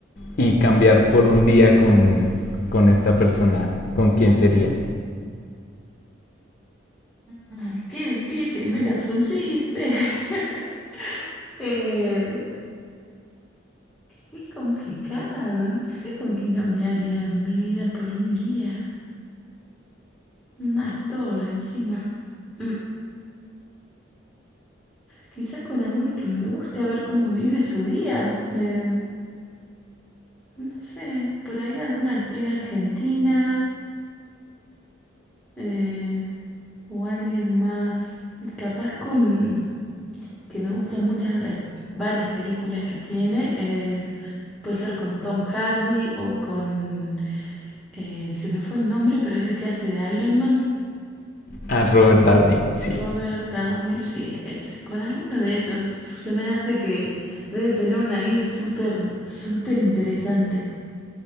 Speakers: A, on the left; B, in the centre.
A: y cambiar por un día con, con esta persona, ¿con quién sería?
B: Ay, qué difícil me la pusiste. <laughs> Eh, qué complicado. No sé con quién cambiaría mi vida por un día. Un actor encima. <clears throat> Quizás con alguno que me guste a ver cómo vive su día. Em, no sé, por ahí alguna actriz argentina eh, o alguien más. Capaz con que me gustan muchas las varias películas que tiene es puede ser con Tom Hardy o con eh, se me fue el nombre pero es el que hace de Iron Man
A: A Robert Downey, sí.
B: Robert Downey sí es con alguno de ellos se me hace que debe tener una vida súper súper interesante